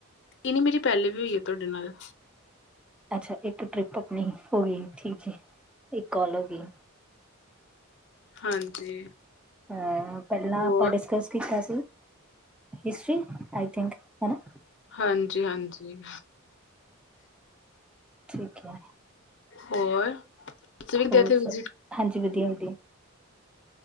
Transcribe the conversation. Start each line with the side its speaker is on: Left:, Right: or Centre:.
Left: ਇ ਨੀ ਮੇਰੀ ਪੇਹਲੇ ਵੀ ਹੋਈ ਏ ਤੁਆਡੇ ਨਾਲ।
Centre: ਅੱਛਾ ਏਕ ਟ੍ਰਿਪ ਆਪਣੀ ਹੋਗੀ ਠੀਕ ਏ ਏਕ ਕੋਲ ਹੋ ਗੀ।
Left: ਹਾਂਜੀ।
Centre: ਹਾਂ ਪਹਿਲਾਂ
Left: ਹੋਰ
Centre: ਆਪਾਂ ਡਿਸਕਸ ਕੀਤਾ ਸੀ। ਹਿਸਟਰੀ ਆਈ ਥਿੰਕ ਹਨਾ।
Left: ਹਾਂਜੀ-ਹਾਂਜੀ।
Centre: ਠੀਕ ਏ।
Left: ਹੋਰ ਤੁਸੀਂ ਵੀ
Centre: ਹੋਰ
Left: ਗਏ ਭੈਣ
Centre: ਸਭ
Left: ਜੀ <inaudible>
Centre: ਹਾਂਜੀ ਵਧੀਆ ਵਧੀਆ